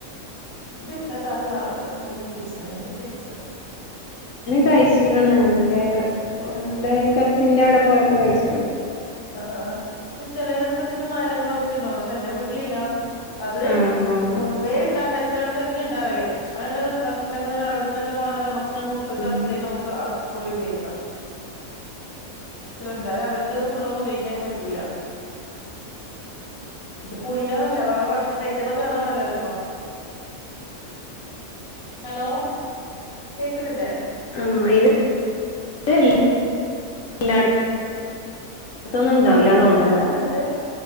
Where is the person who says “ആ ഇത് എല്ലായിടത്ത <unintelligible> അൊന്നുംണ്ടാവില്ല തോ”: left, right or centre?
Left